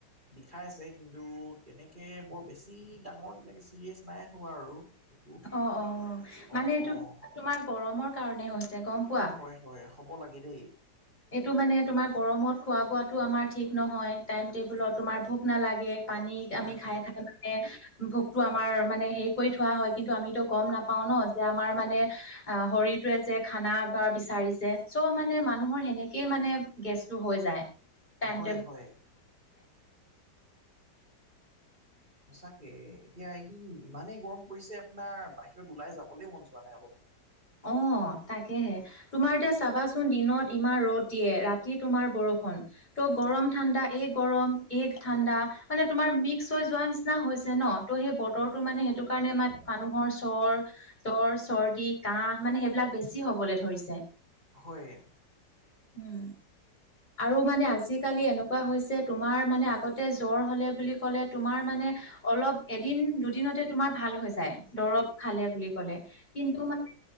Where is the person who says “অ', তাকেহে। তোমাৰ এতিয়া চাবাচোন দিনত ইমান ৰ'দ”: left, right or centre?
Left